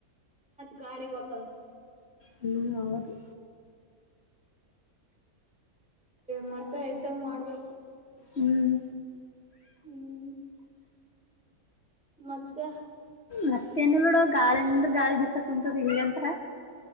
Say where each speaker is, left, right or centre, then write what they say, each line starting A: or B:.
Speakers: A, in the centre; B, on the left.
A: ಗಾಡಿ ಗೋತ
B: ಹ್ಮಞ ಹೌದು
A: ಮರ್ತ ಇದ್ದಂಗ ಮಾಡ್ಬೇಕು
B: ಹ್ಮ್
A: ಹ್ಮ್ ಮತ್ತೆ
B: ಮತ್ತ ನ ನೋಡುವ ಗಾಳಿಂದ್ರ ಗಾಳಿ ಬಿಸಕ್ ಕುಂತ ದಿಲ್ಲ ಯಂತ್ರ